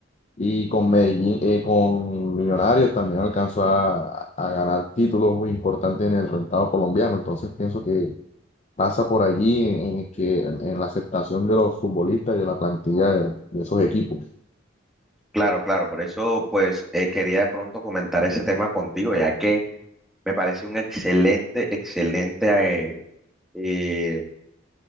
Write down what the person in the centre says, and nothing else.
Claro, claro, por eso pues eh, quería de pronto comentar ese tema contigo, ya que me parece un excelente, excelente eh, eh,